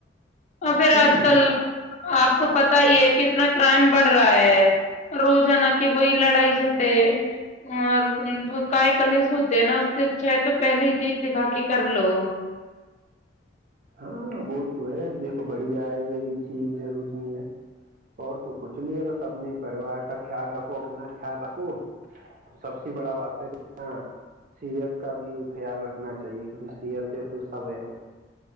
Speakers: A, on the left (about 40°); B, on the right (about 50°).
A: اور پھر
B: ہوں
A: آج کل آپ کو پتا ہی ہے کتنا کرائم بڑھ رہا ہے روزانہ کہ وہی لڑائی جھگڑے اور کاائے کل س ہوتے ہیں نا اس سے اچھا ہے تو پہلے ہی دیکھ دکھا کے کر لو
B: ہاں وہ تو ہے دیکھو بڑھیا ہے یہ بھی چیز ضروری ہے اور تو کچھ نہیں ہے بس اپنے پریوار کا خیال رکھو اپنا خیال رکھو سب سے بڑا بات ہے کہ سحت کا بھی خیال رکھنا چاہیے کیونکہ سحت ہے تو سب ہے